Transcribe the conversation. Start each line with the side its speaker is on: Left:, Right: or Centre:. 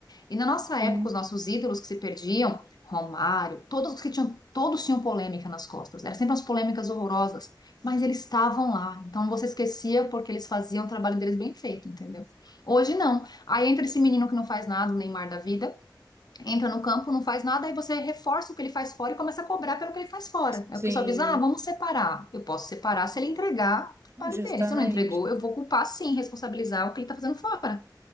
Left: E na nossa
Right: Sim,
Left: época, os nossos ídolos que se perdiam, Romário, todos os que tinham, todos tinham polêmica nas costas. Eram sempre umas polêmicas horrorosas, mas eles estavam lá. Então você esquecia porque eles faziam o trabalho deles bem feito, entendeu? Hoje não. Aí entra esse menino que não faz nada, o Neymar da vida, entra no campo, não faz nada, aí você reforça o que ele faz fora e começa a cobrar pelo que ele faz fora. Aí
Right: sim,
Left: o pessoal diz: ah, vamos separar. Eu posso separar se ele entregar o trabalho
Right: justamente.
Left: dele. Se não entregou, eu vou culpar sim, responsabilizar o que ele está fazendo fora.